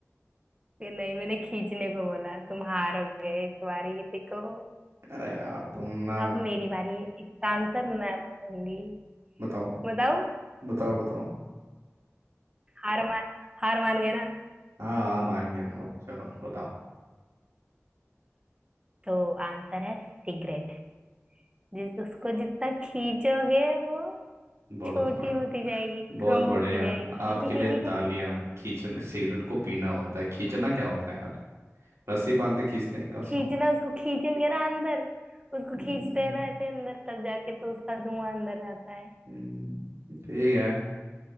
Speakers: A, on the right (about 20°); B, on the right (about 65°).
A: नहीं मैंने खींचने को बोला तुम हार गए इस बारी देखो
B: अरे यार तुम ना
A: अब मेरी बारी है। इसका आंसर मैं बताऊंगी
B: बताओ
A: बताओ
B: बताओ बताओ
A: हार मान हार मान गए ना
B: हाँ हाँ मान गया चलो बताओ
A: तो आंसर है सिगरेट जिस उसको जितना खींचोगे वो
B: बहुत
A: छोटी होती जाएगी
B: बहुत
A: कम
B: बढ़िया
A: होती जाएगी
B: आपके लिए तालियां
A: <laughs>
B: खींचना सिगरेट को पीना होता है खींचना क्या होता है यार रस्सी बांध के खींचते हैं क्या उसको
A: खींचना उसको खींचेंगे ना अंदर उसको
B: हम्म,
A: खींचते हैं ना ऐसे अंदर तक जाके तो उसका धुआं अंदर जाता है
B: हम्म, ठीक है